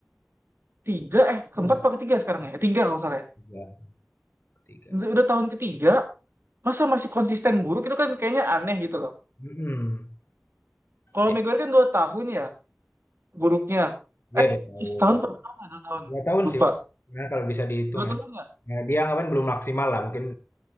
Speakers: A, on the right; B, on the left.
A: ketiga eh
B: ya,
A: keempat apa ketiga sekarang ya? Eh, Tiga kalau nggak salah. ya.
B: ketiga ketiga
A: Udah, udah tahun ketiga masa masih konsisten buruk itu kan kayaknya aneh gitu loh.
B: Mm-mm.
A: Kalau
B: ya
A: Maguire kan dua tahun ya buruknya.
B: dia, dia dua tahun
A: Eh setahun pernah nggak dua tahun?
B: dua tahun
A: Lupa.
B: sih mas Nah, kalau bisa dihitung
A: Dua tahun
B: ya
A: nggak?
B: Nah, dia anggapan belum maksimal lah mungkin